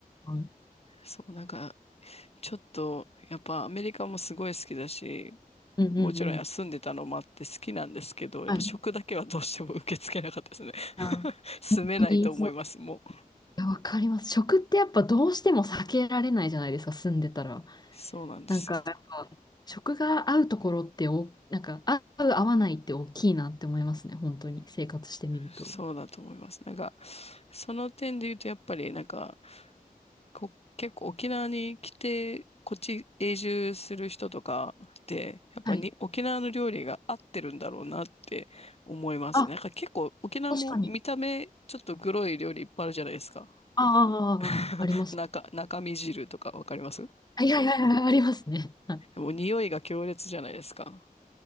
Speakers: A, on the left (about 25°); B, on the left (about 40°).
A: 想
B: そう、なんか、ちょっと、やっぱアメリカもすごい好きだし、
A: うんうんうん。
B: もちろん休んでたのもあって好きなんですけど、やっぱ食だけはどうしても受け付けなかったですね。
A: はい。あ、
B: <laughs> 住めないと思います、
A: 本当にそう。
B: も
A: いや、わかります。食ってやっぱどうしても避けられないじゃないですか、住んでたら。
B: う。そうなんですよ。
A: なんか、やっぱ食が合うところってお、なんか、合う、合わないって大きいなって思いますね。本当に、生活してみると。
B: そうだと思います。なんか、その点で言うと、やっぱり、なんか、こ、結構沖縄に来て、こっち永住する人とかって、やっぱに沖縄の料理が合ってるんだろうなって思いますね。
A: はい。あ、
B: なんか結構沖縄も見た目、
A: 確かに。
B: ちょっとグロい料理いっぱいあるじゃないですか。
A: ああ、ああ、
B: <laughs>
A: あああります。
B: 中、中身汁とかわかります
A: あいやいやいや、ありますね。はい。
B: でも匂いが強烈じゃないですか。